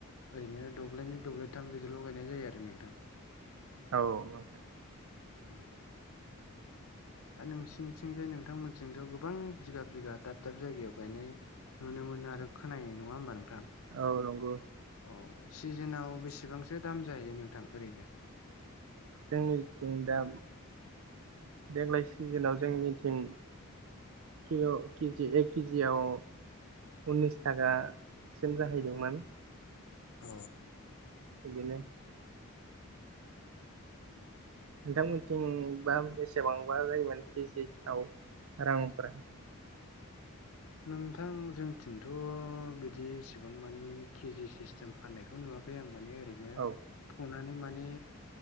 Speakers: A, on the left (about 75°); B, on the right (about 70°).
A: ओरैनो दब्लायनै दब्लायथाम बिदिल' गायनाय जायो आरो नोंथां
B: औ नोंथां
A: उ आरो नोंसिनिथिंजाय नोंथांमोनथिंथ' गोबां बिगा बिगा दाब दाब जायगायाव गायनाय नुनो मोनो आरो खोनायो नङा होमबा नोंथां
B: औ नंगौ
A: औ सिजोनाव बेसेबांसो दाम जाहैयो नोंथां ओरैनो
B: जोंनिथिं दा देग्लाय सिजोनाव जोंनिथिं किल' केजि एक केजियाव उननिस थाखासिम जाहैदोंमोन
A: अ
B: बिदिनो नोंथांमोनथिंबा
A: औ
B: बेसेबांबा जायोमोन केजिआव रांफोरा
A: नोंथां जोंथिंथ' बिदि इसिबां मानि केजि सिस्टेम फाननायखौ नुवा खै आं माने ओरैनो
B: औ
A: फनानै माने